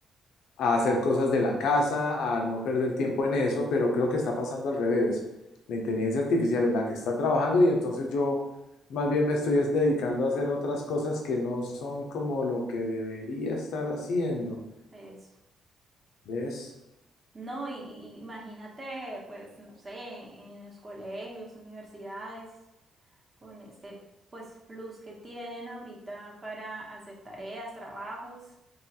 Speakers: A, on the left; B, on the right.
A: a hacer cosas de la casa, a no perder tiempo en eso, pero creo que está pasando al revés. La inteligencia artificial es la que está trabajando y entonces yo más bien me estoy es dedicando a hacer otras cosas que no son como lo que debería estar haciendo,
B: Eso.
A: ¿ves?
B: No, y, y- imagínate, pues, no sé, en los colegios, universidades. con este pues plus que tienen ahorita para hacer tareas, trabajos.